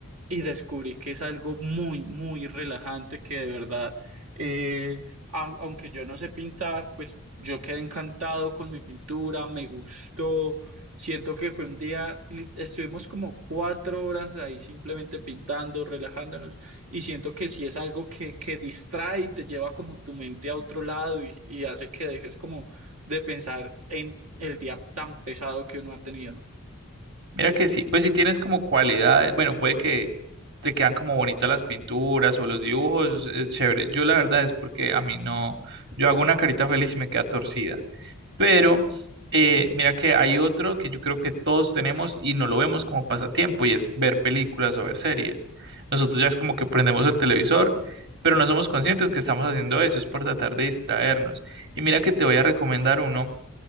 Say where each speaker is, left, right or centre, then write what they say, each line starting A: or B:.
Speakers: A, on the right (about 85°); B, on the right (about 55°).
A: y descubrí que es algo muy, muy relajante que de verdad, eh, a- aunque yo no sé pintar, pues yo quedé encantado con mi pintura, me gustó. Siento que fue un día, li- estuvimos como cuatro horas ahí simplemente pintando, relajándonos, y siento que sí es algo que, que distrae y te lleva como tu mente a otro lado y, y hace que dejes como de pensar en el día tan pesado que uno ha tenido.
B: Mira que sí, pues si tienes como cualidades, bueno, puede que te quedan como bonitas las pinturas o los dibujos, es chévere. Yo la verdad es porque a mí no, yo hago una carita feliz y me queda torcida. Pero eh, mira que hay otro que yo creo que todos tenemos y no lo vemos como pasatiempo y es ver películas o ver series. Nosotros ya es como que prendemos el televisor, pero no somos conscientes que estamos haciendo eso, es por tratar de distraernos. Y mira que te voy a recomendar uno